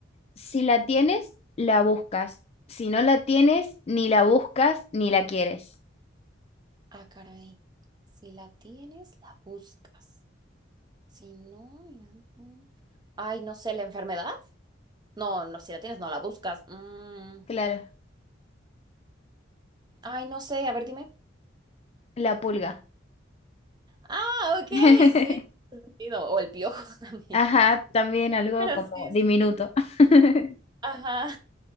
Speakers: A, on the left (about 30°); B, on the right (about 20°).
A: Si la tienes, la buscas. Si no la tienes, ni la buscas ni la quieres.
B: Ah, caray. Si la tienes, la buscas. Si no, la... Ay, no sé, ¿la enfermedad? No, no, si la tienes, no la buscas. Mm,
A: Claro,
B: Ay, no sé, a ver, dime.
A: la pulga.
B: Ah, ok,
A: <laughs>
B: sí. Sentido. O el piojo <laughs> también.
A: Ajá, también algo
B: Pero
A: como
B: sí,
A: diminuto.
B: sí tiene sentido.
A: <laughs>
B: Ajá.